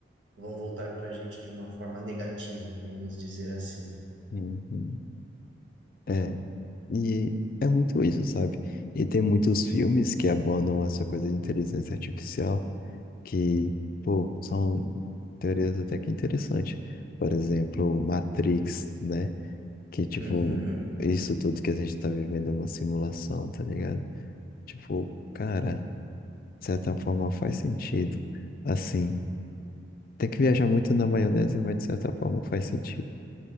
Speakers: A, on the right; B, on the left.
A: vão voltar para a gente de uma forma negativa, vamos dizer assim.
B: uhum. É. E é muito isso, sabe? E tem muitos filmes que abordam essa coisa de inteligência artificial que, pô, são teorias até que interessantes. Por exemplo, Matrix, né? Que, tipo,
A: Uhum.
B: isso tudo que a gente tá vivendo é uma simulação, tá ligado? Tipo, cara, de certa forma faz sentido. Assim. Tem que viajar muito na maionese, mas de certa forma faz sentido.